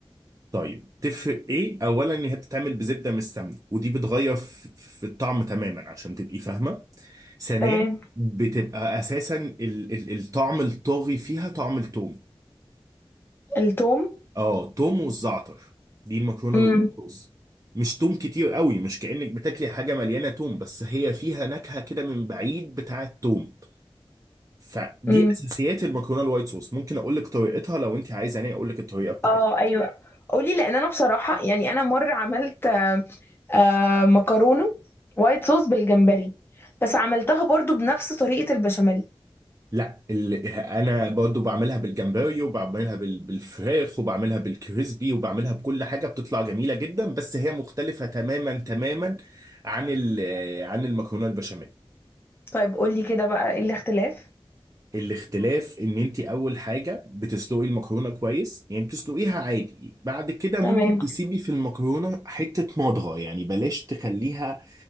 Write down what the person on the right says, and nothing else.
طيب تفرق ايه اولا ان هي بتتعمل بزبده مش سمنه ودي بتغير في, في الطعم تماما عشان تبقي فاهمه ثانيا
بتبقى اساسا ال ال الطعم الطاغي فيها طعم التوم
اه توم والزعتر دي المكرونه
الوايت صوص مش توم كتير قوي مش كأنك بتاكلي حاجه مليانه توم بس هي فيها نكهه كده من بعيد بتاعه توم فدي
اساسيات المكرونه الوايت صوص ممكن اقول لك طريقتها لو انت عايزه انا اقول لك الطريقه بتاعتها
لا ال... انا برضو بعملها بالجمبري وبعملها بال... بالفراخ وبعملها بالكريسبي وبعملها بكل حاجه بتطلع جميله جدا بس هي مختلفه تماما تماما عن ال... عن المكرونه البشاميل
الاختلاف ان انت اول حاجه بتسلقي المكرونه كويس يعني بتسلقيها عادي بعد كده ممكن
تسيبي في المكرونه حته مضغه يعني بلاش تخليها